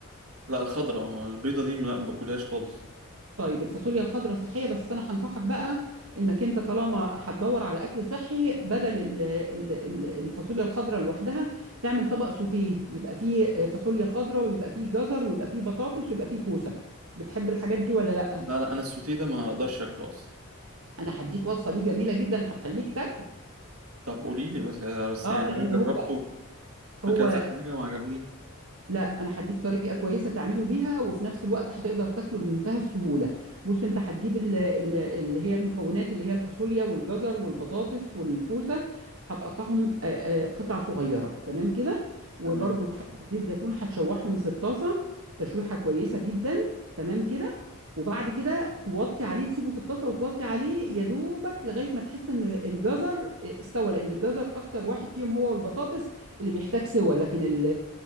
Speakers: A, on the right; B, on the right.
A: لا الخضره البيضه دي لا ما باكلهاش خالص
B: طيب الفاصوليا الخضراء صحية بس أنا هنصحك بقى إنك أنت طالما هتدور على أكل صحي بدل ال- ال- ال- الفاصوليا الخضراء لوحدها تعمل طبق سوتيه يبقى فيه فاصوليا خضراء ويبقى فيه جزر ويبقى فيه بطاطس ويبقى فيه كوسة بتحب الحاجات دي ولا لأ؟
A: لا لا انا السوتيه ده ما اقدرش اكله اصلا
B: أنا هديك وصفة ليه جميلة جدا هتخليك تاكله
A: طب قولي لي بس بس
B: اه
A: يعني
B: لان
A: انا
B: هو
A: جربته في
B: هو
A: كذا حاجه ما عجبنيش
B: لا انا هديك طريقه كويسه تعمله بيها وفي نفس الوقت هتقدر تاكله بمنتهى السهوله بص انت هتجيب ال- ال- اللي هي المكونات اللي هي الفاصوليا والجزر والبطاطس والكوسه هتقطعهم آه، آه، قطع صغيره تمام كده وبرده
A: تمام
B: في حبه زيت زيتون هتشوحهم في الطاسه تشويحه كويسه جدا تمام كده وبعد كده توطي عليه تسيبه في الطاسه وتوطي عليه يا دوبك لغايه ما تحس ان الجزر استوى لان الجزر اكتر واحد فيهم هو والبطاطس اللي بيحتاج سوى لكن ال